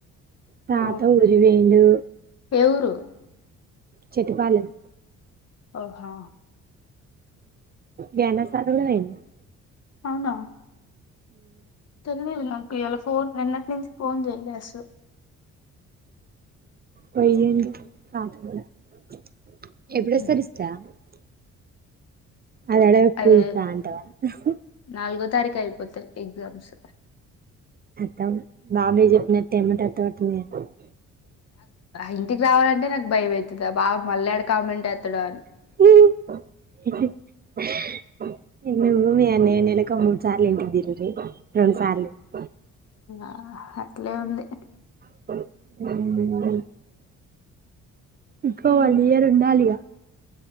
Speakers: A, on the right; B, on the left.
A: తాత
B: ఆ
A: ఊరిగీ పోయిండు
B: ఏ ఊరు
A: చటపాలెం
B: ఓ హా
A: గంట సారలైన్ <unintelligible>
B: అవునా తెలియదు నాకు ఇయాలా ఫోన్ నిన్నటి నుంచి ఫోన్ చేయలే అసలు
A: పోయ కాదు <unintelligible> ఎప్పుడ
B: ఉహు.
A: సరిస్తా <unintelligible> అ అడ
B: అయ్యో
A: పజతంటవా <unintelligible>
B: నాలుగో తారీఖు అయిపోతాయి ఎగ్జామ్స్
A: తమ్ బబీ చె టెమట <unintelligible>
B: ఇంటికి రావాలంటే నాకు భయం అయితంది బావ మళ్ళీ ఆడ కామంట్ ఎత్తడో అని
A: <inaudible> ఇన్నిఊమి ఎన్న నెలక మూర్ సార్లు ఎంటిదిిరీ ఇం సార్లు <unintelligible>
B: ఆ అట్లే ఉంది
A: అ ఇకోవలియరు
B: ఉమ్.
A: నాలగా